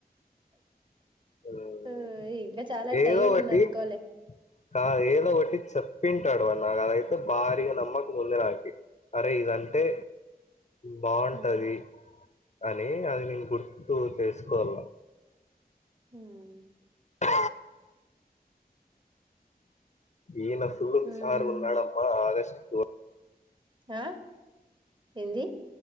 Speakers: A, on the left (about 45°); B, on the right (about 30°).
A: మ్మ్
B: ఉహ్ ఇంకా చాలా
A: ఏదో
B: టైం
A: ఒకటి
B: ఉంది అనుకోలే
A: కాదు ఏదో ఒకట్టి చెప్పింటాడు వాడ్ నాకు అదైతే భారీగా నమ్మకం ఉంది నాకి అరే ఇదంటే బావుటది
B: ఉమ్
A: అని అది నేను గుర్తు చేసుకోవాలా
B: ఉహ్
A: ఆ ఇనా సుళుత్
B: ఉమ్
A: షారుగా ఉన్నాడమ్మా ఆగస్ట్ ఫో
B: ఆ ఏంది.